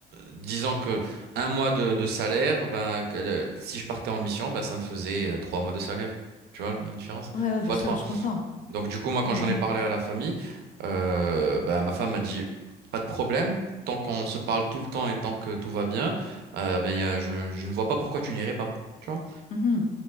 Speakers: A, on the right (about 70°); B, on the left (about 50°).
A: disons que un mois de, de salaire, ben, que le- si je partais en mission, ben, ça me faisait euh, trois mois de salaire. Tu vois la différence?
B: Ouais, ouais, bien
A: x
B: sûr, je comprends.
A: donc du coup, moi, quand
B: Mmh,
A: j'en
B: mmh.
A: ai parlé à la famille, euh, bah, ma femme m'a dit, pas de problème, tant qu'on se parle tout le temps et tant que tout va bien, euh, ben, y a- je, je ne vois pas pourquoi tu n'irais pas. Tu vois?
B: Mhm.